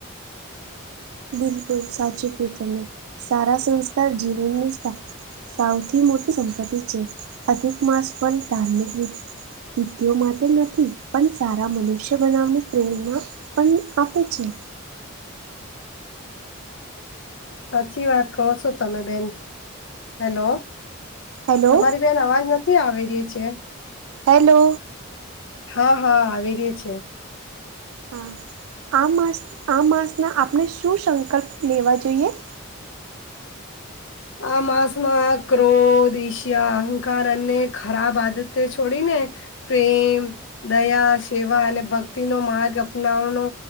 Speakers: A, on the right; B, on the left.
A: બિલકુલ સાચું કઈ તમે સારા સંસ્કાર જીવનને તા સાવથી મોટી સંપત્તિ છે, અધિક માસ પણ ધાર્મિક રી પિતિઓ માટે નથી પણ સારા મનુષ્ય બનાવની પ્રેરણા પન આપે છે.
B: સાચી વાત કોવો છો તમે બેન હેલો
A: હેલો
B: તમારી બેહેન અવાજ નથી આવી રહી છે.
A: હેલો.
B: હા હા આવી રે છે.
A: હા આ માસ આ માસના આપણે શું સંકલ્પ લેવા જોઈએ?
B: આ માસમાં ક્રોધ, ઈશિયા, અહંકાર અને ખરાબ આદતે છોડીને પ્રેમ, દયા, સેવા અને ભક્તિનો માર્ગ અપનાવનો